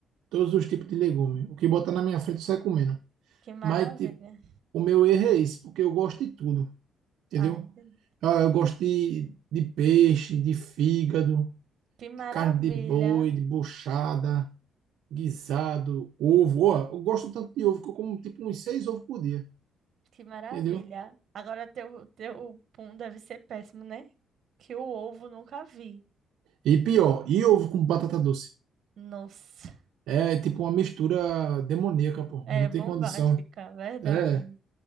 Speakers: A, on the right (about 80°); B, on the right (about 60°).
A: Todos os tipos de legume. O que botar na minha frente, eu saio comendo.
B: Que maravilha.
A: Mas, tipo, o meu erro é esse, porque eu gosto de tudo. entendeu?
B: Ah, entendi.
A: Ah, eu gosto de, de peixe, de fígado,
B: Que maravilha.
A: de carne de boi, de buchada, guisado, ovo. Ó, eu gosto tanto de ovo que eu como tipo uns seis ovos por dia,
B: Que maravilha.
A: entendeu?
B: Agora teu, teu pum deve ser péssimo, né? Que o ovo nunca vi.
A: E pior, e ovo com batata doce?
B: Nossa,
A: É tipo uma mistura demoníaca, pô.
B: é
A: Não
B: bombástica,
A: tem condição.
B: verdade.
A: É,